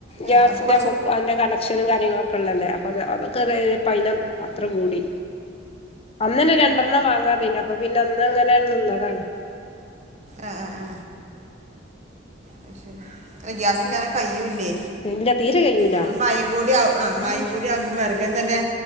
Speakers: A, on the right; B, on the left.
A: ഏ
B: ഗ്യാസിന്റെ
A: അപ്പൊ കൊറച്ച്
B: ബു ക്കു അതിന്റെ കണക്ഷനും കാര്യങ്ങളൊക്കെ ഉള്ളല്ലേ അപ്പൊ അത് അതൊക്കെ കഴിഞ്ഞപ്പോ അയിന് അത്ര കൂടി. അന്നന്നെ രണ്ടെണ്ണം വാങ്ങാ പിന്നെ അപ്പൊ പിന്നെ അന്ന് ഇങ്ങനെ നിന്നതാണ്.
A: ആഹ് ആഹ് ആഹ് അയ് ശെരി അല്ല ഗ്യാസില്ലാതെ കയ്യുല്ലേ.
B: ഇല്ല തീരെ കഴൂല
A: ഇപ്പൊ മയീം കൂടി ആഹ് മയീം
B: അയ്
A: കൂടി ആകുമ്പോ വെറകെ തന്നെ